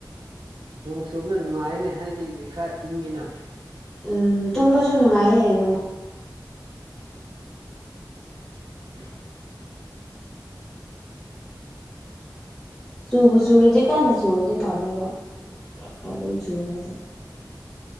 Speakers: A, on the right (about 80°); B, in the centre.
A: ꯅꯣꯡ ꯆꯨꯕꯗ ꯅꯨꯡꯉꯥꯏꯅꯦ ꯍꯥꯏꯗꯤ ꯈꯔ ꯏꯪꯉꯤꯅ
B: ꯎꯝ ꯇꯨꯝꯕꯁꯨ ꯅꯨꯡꯉꯥꯏꯌꯦ ꯅꯨꯡ
A: ꯍꯣꯏ
B: ꯆꯨꯕꯨ ꯆꯨꯔꯗꯤ ꯀꯟꯅ ꯆꯨꯔꯗꯤ ꯐꯥꯗꯣꯏꯕ ꯈꯔ ꯈꯔ ꯑꯗꯨꯝ ꯆꯨꯔ ꯂꯩ